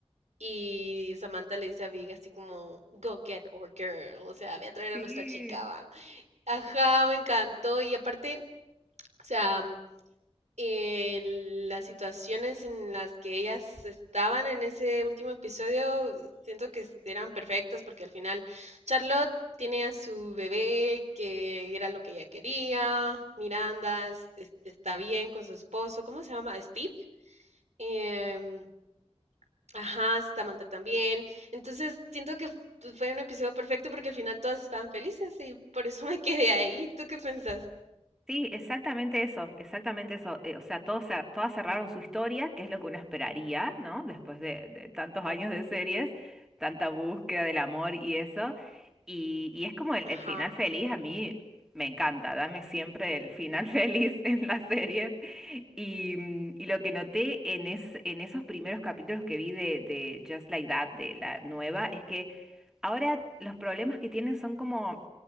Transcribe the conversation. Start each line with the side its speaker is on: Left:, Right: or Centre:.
Right: y Samantha le dice a Big así como, go get our girl, o sea, ve a traer
Centre: Sí.
Right: a nuestra chica, va. Ajá, me encantó. Y aparte, o sea, mm, el- las situaciones en las que ellas estaban en ese último episodio, siento que eran perfectas porque al final Charlotte tiene a su bebé, que era lo que ella quería. Miranda es- es- está bien con su esposo. ¿Cómo se llama? Steve. Em, ajá, Samantha también. Entonces, siento que pues, fue un episodio perfecto porque al final todas estaban felices y por eso me quedé ahí. ¿Tú qué pensás?
Centre: Sí, exactamente eso, exactamente eso. Eh, o sea, todos, cer- todas cerraron su historia, que es lo que uno esperaría, ¿no? Después de, de tantos años de series, tanta búsqueda del amor y eso. Y, y es como el,
Right: Ajá.
Centre: el final feliz, a mí me encanta, dame siempre el final <laughs> feliz en las series. Y, mm, y lo que noté en, es, en esos primeros capítulos que vi de, de Just Like That, de la nueva, es que ahora los problemas que tienen son como...